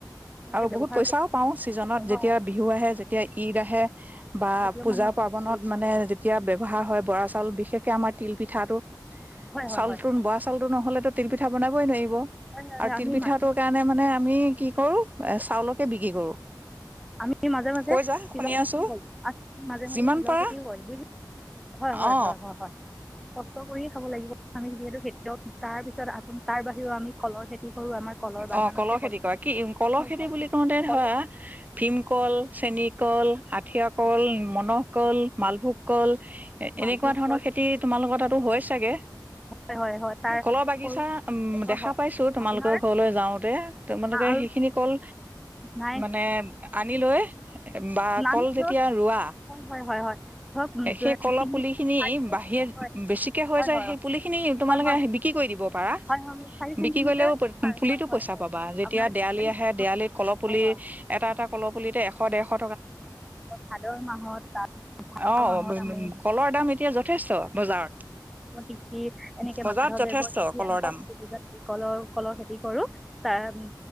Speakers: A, in the centre; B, on the right (about 20°).
A: সেইকাৰণে
B: আৰু বহুত
A: ব্যৱহাৰ
B: পইচাও
A: কৰি
B: পাও চিজনত
A: হয়
B: যেতিয়া বিহু আহে যেতিয়া ঈদ আহে বা
A: খেতিয়ক
B: পূজা
A: মানুহ
B: পাৰ্বনত
A: হয়
B: মানে যেতিয়া ব্যৱহাৰ হয় বৰা চ ল বিশেষকে আমাৰ তি পিঠাটো
A: হয়
B: চাউলতোন
A: হয়
B: বৰা চাউলতো নহ'লেতো তিল পিঠা বনাবই আৰু
A: হয় হয়
B: তিল
A: আমি
B: পিঠাটোৰ
A: মাজে মাজে
B: কাৰণে মানে আমি কি কৰো এ চাউলকে বিক্ৰী কৰো
A: আমি মাজে মাজে
B: কৈ যা
A: তিলৰ
B: শুনি
A: খেতিও
B: আছো
A: কৰোঁ মাজে মাজে
B: যিমান
A: তিলৰ
B: পাৰা।
A: খেতিও কৰোঁ বুজি হয় হয়
B: অ
A: হয় হয় কষ্ট কৰি খাব লাগিব আমি যিহেতু খেতিয়ক তাৰপিছত আপোন তাৰ বাহিৰেও আমি কলৰ খেতি কৰোঁ আমাৰ কলৰ বাগান
B: অ কলৰ
A: আছে
B: খেতি
A: কল
B: কৰা কি কলৰ
A: হয়
B: খেতি
A: হয়
B: বুলি কওঁতে ধৰা
A: কলৰ
B: ভীমকল চেনী কল আঠিয় কল মনহকলল মালভোগ কল
A: মালভোগ
B: এনেকুৱা ধৰণৰ
A: কল
B: খেতি তোমালোকৰ তাতো হয় চাগে
A: হয় হয় হয় তাৰ
B: কলৰ বাগিছা
A: কৰোঁ
B: উ
A: হয়
B: দেখা
A: হয়
B: পাইছোঁ তোমালোকৰ
A: আপোনাৰ
B: ঘৰলে যাওঁতে তোমালোকে
A: আৰু
B: সেইখিনি কল
A: নাই
B: মানে আনি লৈ বা
A: মানে
B: কল যেতিয়া
A: ধৰক
B: ৰোৱা
A: হয় হয় হয় হয় ধৰক
B: সেই কলৰ
A: তিনি
B: পুলি খিনি
A: চাৰি
B: বাহিৰত
A: চেণ্টিমিটাৰ
B: বেছিকে হৈ
A: হয়
B: যায়
A: হয়
B: সেই
A: হয়
B: পুলি খিনি তোমালোকে
A: হয় হয়
B: বিক্ৰী কৰি দিব পাৰা
A: হয় হয় চাৰি চেণ্টিমিটাৰ
B: বিক্ৰী কৰিলেও
A: হয়
B: পুলিতো
A: হয় হয়
B: পইচা পাবা যেতিয়া
A: আপোনাৰ
B: দেৱালি
A: চাৰি
B: আহে
A: হয়
B: দেৱালিত কলহ পুলি
A: হয়
B: এটা এটা কলহ পুলিতে এশ দেৰশ
A: ভাদৰ মাহত তাৰ ভাদ
B: অ
A: মাহত আমি
B: কলৰ দাম এতিয়া যথেষ্ট বজাৰত
A: তিথি এনেকে
B: বজাৰত
A: মাধৱদেৱৰ
B: যথেষ্ট
A: তিথি
B: কলৰ
A: আম খেতি
B: দাম
A: কলৰ কলৰ খেতি কৰোঁ ত আমি